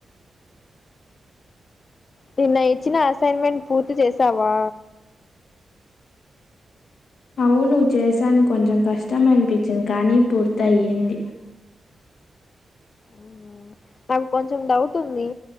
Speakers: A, on the left; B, on the left.
A: నిన్న ఇచ్చిన అసైన్మెంట్ పూర్తి చేసావా
B: అవును చేశాను కొంచెం కష్టం అనిపించింది కానీ పూర్తి అయింది
A: ఉ నాకు కొంచెం డౌట్ ఉంది